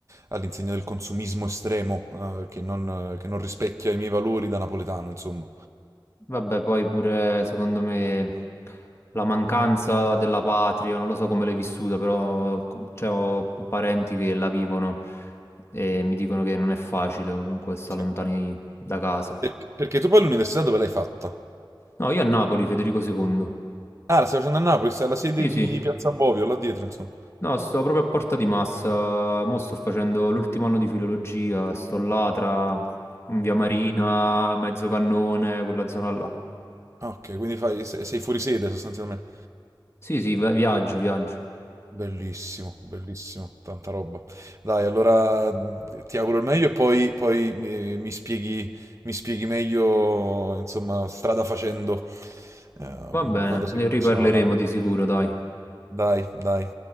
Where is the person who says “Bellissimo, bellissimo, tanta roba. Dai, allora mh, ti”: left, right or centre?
Right